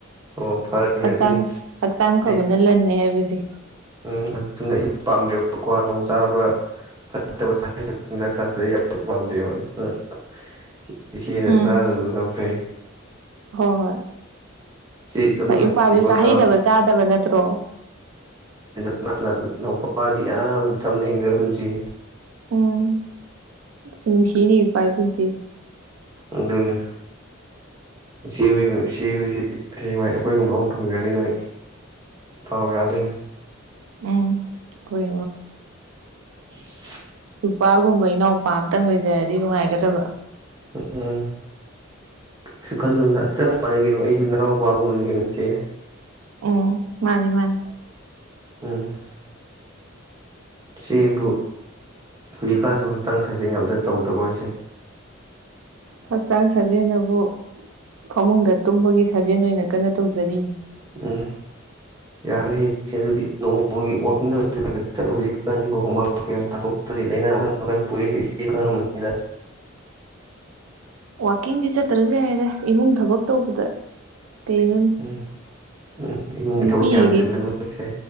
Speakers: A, on the right (about 20°); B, on the right (about 80°).
A: ꯑꯣ ꯐꯔꯕꯅꯦ
B: ꯍꯛꯆꯥꯡ
A: ꯑꯗꯨꯅꯤ
B: ꯍꯛꯆꯥꯡ ꯐꯕꯅ
A: ꯑꯩ
B: ꯂꯟꯅꯦ ꯍꯥꯏꯕꯁꯦ
A: ꯎꯝ ꯑꯗꯨꯅ ꯑꯩ ꯄꯥꯝꯗꯦꯕ ꯀ꯭ꯋꯥꯗꯣꯡ ꯆꯥꯕ ꯐꯠꯇꯕ ꯆꯩꯗꯨ ꯆꯤꯟꯖꯥꯛ ꯆꯥꯕꯁꯤ ꯌꯥꯝ ꯄꯥꯝꯗꯦꯕ ꯑꯗꯨꯅ <unintelligible> ꯏꯆꯦꯗ
B: ꯎꯝ
A: ꯆꯥꯗꯕꯗ ꯌꯥꯝ ꯐꯩ
B: ꯍꯣꯏ ꯍꯣꯏ
A: ꯏꯆꯦ ꯑꯗꯨ
B: ꯍꯣꯏ
A: ꯐꯠꯇꯦꯀꯣ
B: ꯏꯄꯥꯁꯨ ꯆꯥꯍꯩꯗꯕ
A: ꯆꯥꯎ
B: ꯆꯥꯗꯕ ꯅꯠꯇ꯭ꯔꯣ
A: ꯅ ꯅꯄꯗꯤ ꯌꯥꯝ ꯆꯝꯅ ꯍꯤꯡꯖꯔ ꯄꯨꯟꯁꯤꯅꯤ
B: ꯎꯝ ꯁ ꯅꯨꯡꯁꯤꯅꯦ ꯄꯥꯏ ꯄꯨꯟꯁꯤꯁ
A: ꯑꯗꯨꯅꯤ ꯏꯆ ꯍꯣꯏ ꯏꯆꯦ ꯍꯣꯏꯁꯤ ꯍ ꯃꯥꯏ ꯑꯩꯈꯣꯏꯒꯨꯝꯕ ꯑꯃ ꯐꯪꯖꯔꯤ ꯅꯣꯏ ꯇꯧꯒꯦ ꯑꯗꯨ
B: ꯑ ꯀꯣꯏ
A: <unintelligible>
B: ꯗꯨꯄꯥꯜꯒꯨꯝꯕ ꯏꯅꯥꯎꯄꯥ ꯑꯃꯇꯪ ꯂꯩꯖꯔꯗꯤ ꯅꯨꯡꯉꯥꯏꯒꯗꯕ
A: ꯎꯝ ꯎꯝ ꯁꯨ ꯈꯜꯂꯨꯗꯅ ꯆꯞ ꯃꯥꯟꯅ ꯀꯩꯅꯣ ꯑꯩꯁꯨ ꯅꯅꯥꯎꯄꯥꯒꯨꯝ ꯃꯅꯤ ꯀꯦꯩꯅꯣ ꯏꯆꯦ
B: ꯎꯝ ꯃꯥꯅꯤ ꯃꯥꯅꯤ
A: ꯎꯝ ꯁꯤꯕꯨ ꯍꯧꯖꯤꯛꯀꯥꯟꯁꯨ ꯍꯛꯆꯥꯡ ꯁꯥꯖꯦꯟ ꯑꯇ ꯇꯧꯗꯕ ꯍꯥꯏꯁꯦ
B: ꯍꯛꯆꯥꯡ ꯁꯥꯖꯦꯜ ꯑꯗꯨꯕꯨ ꯐꯃꯨꯡꯗ ꯇꯨꯝꯕꯒꯤ ꯁꯥꯖꯦꯜ ꯑꯣꯏꯅ ꯀꯟꯅ ꯇꯧꯖꯔꯤ
A: ꯎꯝ ꯌꯥꯔꯣꯏꯌꯦ ꯏꯆꯦ ꯑꯗꯨꯗꯤ ꯅꯣꯡꯃꯒꯤ ꯋꯥꯛꯀꯤꯡꯗ ꯈ ꯆꯠꯂꯨ ꯍꯧꯖꯤꯛꯀꯁꯤꯣ ꯍꯨꯃꯥꯡ ꯀꯀ ꯇꯥꯊꯣꯛꯇ꯭ꯔꯔꯤ ꯂꯥꯏꯅꯥ ꯃꯈꯟ ꯃꯈꯜ ꯄꯣꯛꯏꯁꯤ ꯏꯆꯦ ꯈꯪꯉꯝꯅꯤꯗ
B: ꯥꯛꯀꯤꯡꯗꯤ ꯆꯠꯇ꯭ꯔꯁꯨ ꯌꯥꯏꯔ ꯏꯃꯨꯡ ꯊꯕꯛ ꯇꯧꯕꯗ ꯀꯩꯅꯣ
A: ꯎꯝ ꯎꯝ ꯏꯃꯨꯡꯒꯤ
B: ꯅꯨꯄꯤꯒꯤꯗꯤ
A: ꯊꯕꯛ ꯀꯌꯥꯝ ꯆꯤꯜꯂꯦ ꯃꯣꯏꯁꯦ